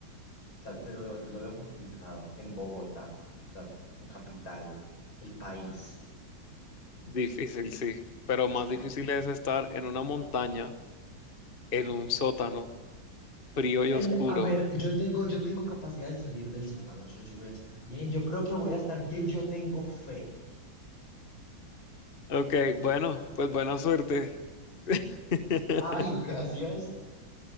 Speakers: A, on the left; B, on the left.
A: O sea, te lo veo, te lo veo complicado en Bogotá, o sea, en capital del país.
B: Difícil, sí, pero más
A: sea,
B: difícil es estar en una montaña, en un sótano Frío y
A: El,
B: oscuro.
A: a ver, yo tengo, yo tengo capacidades de salir del sótano. Yo, yo voy a estar bien. Yo creo que voy a estar bien. Yo tengo fe.
B: Ok, bueno, pues buena suerte. <laughs>
A: Ay, gracias.